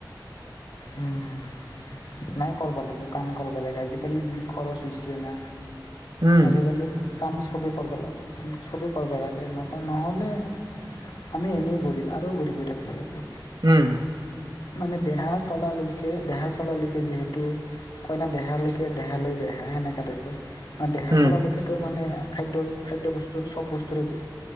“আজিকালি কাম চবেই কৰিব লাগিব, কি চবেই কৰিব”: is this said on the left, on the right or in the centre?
Left